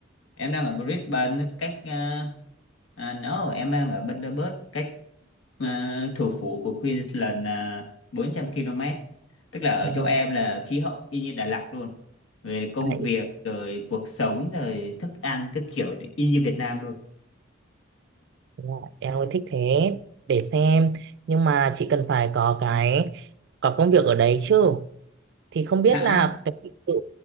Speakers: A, on the left (about 85°); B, on the right (about 60°).
A: Em đang ở Brisbane cách ờ, à, no, em đang ở Bundaberg cách ờ, thủ phủ của Queensland là 400 km. Tức là ở
B: Ừ.
A: chỗ em là khí hậu y như Đà Lạt luôn. Về công
B: À,
A: việc
B: ý
A: rồi cuộc sống rồi thức ăn các kiểu này, y như Việt Nam luôn.
B: là em ơi, thích thế, để xem. Nhưng mà chị cần phải có cái, có công việc ở đấy chứ. Thì không biết
A: Đã
B: là cái, ừ,